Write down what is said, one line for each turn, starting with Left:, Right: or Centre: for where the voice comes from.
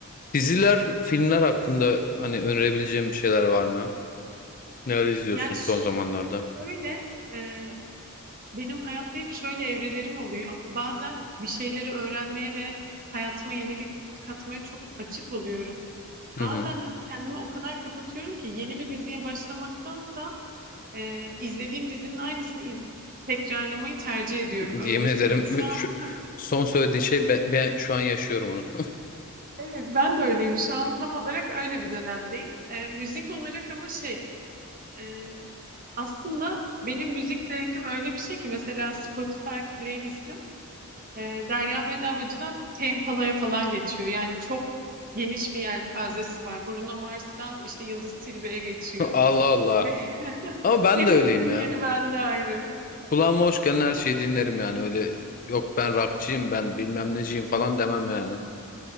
Left: Diziler, filmler hakkında hani önerebileceğim bir şeyler var mı? Neler izliyorsun
Right: Yani ş-
Left: son zamanlarda?
Right: şöyle e, Benim hayatta hep şöyle evrelerim oluyor. Bazen bir şeyleri öğrenmeye ve hayatıma yenilik katmaya çok açık oluyorum.
Left: Hı
Right: Bazen
Left: hı.
Right: de kendimi o kadar kapatıyorum ki yeni bir diziye başlamaktansa e, izlediğim dizinin aynısını iz- tekrarlamayı tercih ediyorum. Öyle
Left: Yemin
Right: söyleyeyim.
Left: ederim
Right: Şu an
Left: <laughs> şu son söylediğin şey ben, ben şu an yaşıyorum onu.
Right: evet ben de öyleyim. Şu an tam olarak öyle bir dönemdeyim. E, müzik olarak ama şey e, aslında benim müzik zevkim öyle bir şey ki mesela Spotify playlistim E, Derya Bedavacı'dan Tempala'ya falan geçiyor. Yani çok geniş bir yelpazesi var. Bruno Mars'tan işte Yıldız Tilbe'ye geçiyor.
Left: <laughs> Allah Allah.
Right: Ve <laughs>
Left: Ama ben
Right: hepsinin
Left: de öyleyim ya.
Right: yeri bende ayrı.
Left: Kulağıma hoş gelen her şeyi dinlerim yani. Öyle yok ben rockçıyım ben bilmem neciyim falan demem yani.